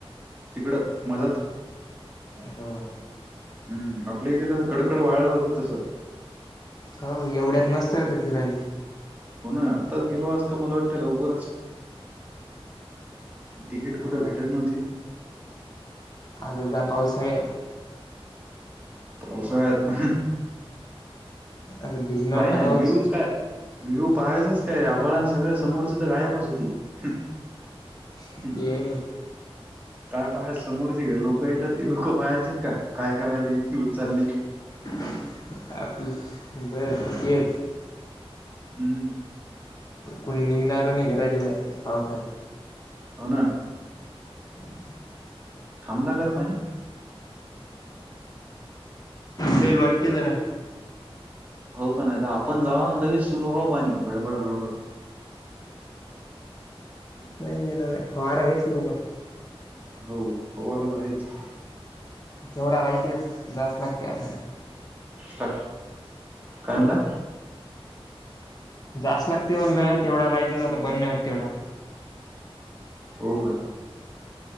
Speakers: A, on the right; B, on the left.
A: तिकडं, मधात.
B: हो
A: हम्म, आपल्या इथ कसं, कडकड वाळल होतं, तसं.
B: हो, एवढ्यात मस्त होत, फिराय
A: हो ना, आत्ताच गेलो असतो, मला वाटत लवकरच तिकीट, कुठ
B: हो
A: भेटत नव्हती न
B: आज आता, पाऊस आहे.
A: पावसाळ्यात, हम्म.
B: आता भिजणार
A: पाहि
B: तर
A: ना,
B: हवंच
A: व्ह्यूज काय, व्ह्यू पहायचंच काय? आभाळान सगळं समोरचं त, गायबच होते. हं,
B: ते
A: हं
B: आहे
A: काय पाहायच? समोरची लोकं येतात, ती लोकं पाहायचीत का? काय करायले, कुठं चालली?
B: <unintelligible> बर तेच.
A: हम्म.
B: कोणी निंगनार नाही, घराच्या बाहेर, पावस हाय.
A: हो ना.
B: ह् <unintelligible>
A: थांबला का र, पाणी?
B: बेल वाटते, जरा.
A: हो का, नही त आपण जावू आणि लगेच सुरू व्हावं पाणी, भडभड -भडभड.
B: नाही येणारे ना, फवारा आहे सुरू पण
A: हो, फवारा त आहेच.
B: तेवढा राहायतेच, जात नसते आता.
A: का, काय आणला?
B: जायच लागते म्हणलं, तेवढा राहितेच आता, बंद नाय होत तेवढा.
A: हो का?